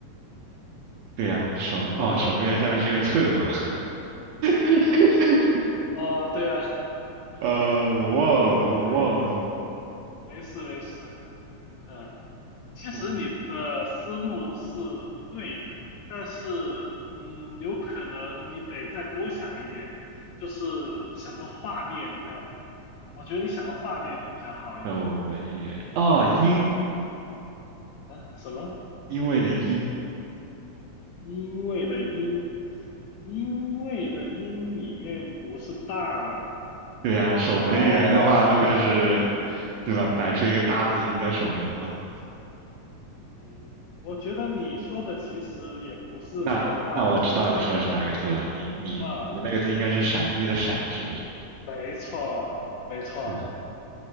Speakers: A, on the right; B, on the left.
A: 对呀，守哦，
B: 这个
A: 守门员下面是个寸哦。<laughs>
B: 哦，对啊，<laughs>
A: 呃，
B: 你可能
A: 我忘了，我忘了，
B: 对，没事没事，嗯，其实你的思路是
A: <laughs> 我
B: 对的，但是嗯，有可能你得再多想一点，就是想个画面这样子。我觉得你想个画面会比较好一点。
A: 守门员啊，因
B: 啊，什么？
A: 因为的因。
B: 因为的因，因为的因里面不是大吗？
A: 对呀，守门员的话，
B: 哦，
A: 那不就是，对吧？摆出一个大字形在守门吗？
B: 行，我觉得你说的其实也不是没有道理。
A: 那那我知道你说的是哪个字了，
B: 嗯
A: 你你你的那个字应该是闪避的闪，
B: 啊，
A: 是不是？
B: 没错，没错，
A: <laughs>